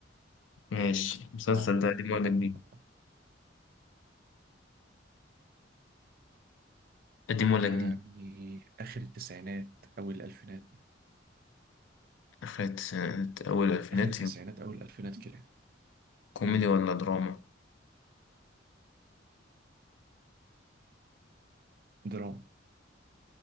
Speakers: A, on the left; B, on the right.
A: ماشي المسلسل
B: آه
A: ده قديم
B: يلا
A: ولا جديد
B: بقى.
A: قديم ولا
B: يعني
A: جديد
B: آخر التسعينات أول الألفينات
A: أخدت سنة أول الألفينات
B: آخر التسعينات أول الألفينات كده
A: كوميدي ولا دراما
B: دراما